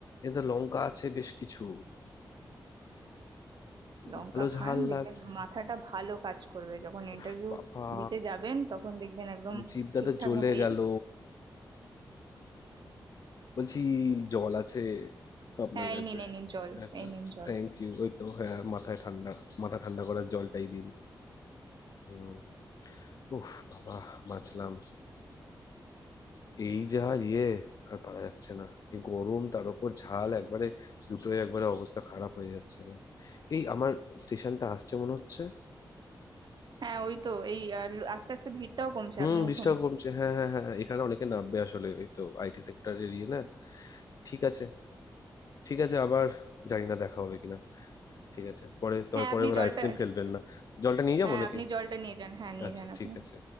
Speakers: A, on the left; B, on the right.
A: এতে লঙ্কা আছে বেশ কিছু
B: লঙ্কা
A: ভালো
B: খান
A: ঝাল
B: দেখবেন
A: লাগছে
B: মাথাটা ভালো কাজ করবে যখন
A: উফ
B: ইন্টারভিউ
A: বাবা
B: দিতে যাবেন তখন দেখবেন একদম
A: জিভটা
B: ঠিকঠাক
A: তো জ্বলে
B: মতো
A: গেল
B: এই
A: বলছি জল আছে আপনার
B: হ্যাঁ
A: কাছে
B: এই নিন এই নিন জল
A: আচ্ছা
B: এই নিন জল
A: থ্যাংক ইউ ওই তো হ্যাঁ মাথায় ঠান্ডা মাথা ঠান্ডা করার জলটাই দিন হুম উফ বাবা বাঁচলাম এই যা ইয়ে আর পারা যাচ্ছে না এই গরম তার উপর ঝাল একবারে দুটোই একবারে অবস্থা খারাপ হয়ে যাচ্ছে আমার এই আমার স্টেশনটা আসছে মনে হচ্ছে
B: হ্যাঁ ওই তো এই আহ, ল- আস্তে আস্তে ভিড়টাও কমছে
A: হুম
B: আপনি
A: বৃষ্টিটাও
B: উঠুন
A: কমছে হ্যাঁ হ্যাঁ হ্যাঁ হ্যাঁ, এখানে অনেকে নামবে আসলে এই তো আইটি সেক্টরের ইয়ে না ঠিক আছে ঠিক আছে আবার জানি না দেখা হবে কিনা ঠিক আছে পরে তবে
B: হ্যাঁ
A: পরের
B: আপনি
A: বার
B: জলটা
A: আইসক্রিম ফেলবেন না জলটা নিয়ে
B: হ্যাঁ
A: যাবো নাকি
B: আপনি জলটা নিয়ে যান হ্যাঁ নিয়ে
A: আচ্ছা
B: যান
A: ঠিক
B: আপনি
A: আছে